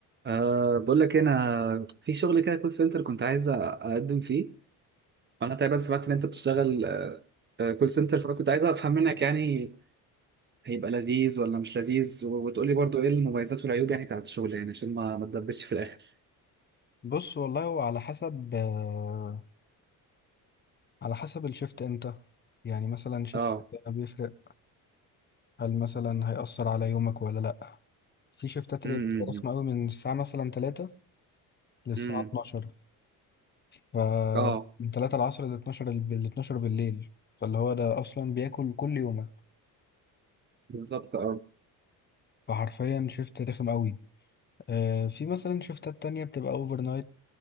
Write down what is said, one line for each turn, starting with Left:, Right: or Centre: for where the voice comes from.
Right: أه بقول لك إيه، انا في شغل كده كول سنتر كنت عايز اقدم فيه وانا تقريبا سمعت ان انت بتشتغل كول سنتر فانا كنت عايز افهم منك يعني هيبقى لذيذ ولا مش لذيذ و- وتقول لي برضو ايه المميزات والعيوب يعني بتاعت الشغل يعني عشان ما ما تدبسش في الاخر
Left: بص والله هو على حسب آه، على حسب الشفت امتى يعني مثلا شفت
Right: اه
Left: بيفرق هل مثلا هيأثر على يومك ولا لأ في شفتات
Right: امم
Left: اللي بتبقى رخمة قوي من الساعة مثلا 3 للساعة
Right: امم
Left: 12 ف
Right: اه
Left: من 3 العصر ل 12 الب- ل 12 بالليل فاللي هو ده أصلا بياكل كل يومك
Right: بالظبط اه
Left: فحرفيا شفت رخم قوي آه، في مثلا شفتات تانية بتبقى اوفر نايت